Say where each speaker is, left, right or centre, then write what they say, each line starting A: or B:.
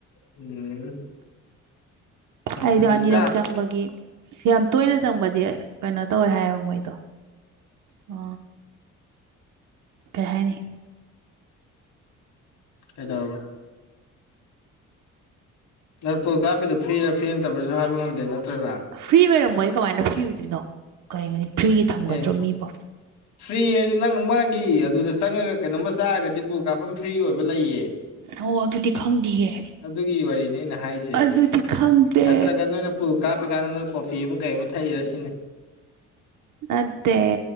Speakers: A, on the left (about 75°); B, on the right (about 80°).
A: ꯎꯝ ꯑꯗꯨꯗꯤ
B: ꯑꯩꯗꯣ ꯑꯅꯤꯔꯛ
A: ꯀꯥꯞ
B: ꯆꯪꯕꯒꯤ ꯌꯥꯝ ꯇꯣꯏꯅ ꯆꯪꯕꯗꯤ ꯀꯩꯅꯣ ꯇꯧꯋꯦ ꯍꯥꯏꯌꯦꯕ ꯃꯣꯏꯗꯣ ꯑ ꯀ ꯍꯥꯏꯦꯅꯤ
A: ꯑꯦꯗꯕ ꯅ ꯄꯣꯠ ꯀꯥꯞꯄꯤꯗꯨꯣ ꯐꯤꯔꯥ ꯐꯤ ꯅꯠꯇꯕ꯭ꯔꯁꯨ ꯍꯥꯏꯕ ꯉꯝꯗꯦ ꯅꯠꯇ꯭ꯔꯅ
B: ꯐ꯭ꯔꯤ ꯑꯣꯏꯔꯝꯃꯣꯏ ꯀꯃꯥꯏꯅ ꯐ꯭ꯔꯤ ꯑꯣꯏꯗꯣꯏꯅꯣ ꯀꯩ ꯐ꯭ꯔꯤꯒꯤ ꯊꯝꯒꯗ꯭ꯔꯣ
A: ꯑꯦ
B: ꯃꯤꯕꯣ
A: ꯐ꯭ꯔꯤ ꯍꯥꯏꯗꯤ ꯅꯪ ꯑꯃꯒꯤ ꯑꯗꯨꯗ ꯆꯪꯉꯒ ꯀꯩꯅꯣꯝꯃ ꯆꯥꯔꯒꯗꯤ ꯄꯨ ꯀꯥꯞꯐꯝ ꯐ꯭ꯔꯤ ꯑꯣꯏꯕ ꯂꯩꯌꯦ
B: ꯑꯣ ꯑꯗꯨꯗꯤ ꯈꯪꯗꯤꯌꯦ
A: ꯑꯗꯨꯒꯤ ꯋꯥꯔꯤꯅꯤ ꯑꯩꯅ ꯍꯥꯏꯁꯦ
B: ꯑꯗꯨꯗꯤ ꯈꯪꯗꯦ
A: ꯅꯠꯇ꯭ꯔꯒ ꯅꯣꯏꯅ ꯄꯨꯜ ꯀꯥꯞꯄ ꯀꯥꯟꯗ ꯅꯣꯏ ꯀꯣꯐꯤ ꯑꯃ ꯀꯩ ꯑꯃ ꯊꯛꯏꯔ ꯁꯤꯅꯦ
B: ꯅꯠꯇꯦ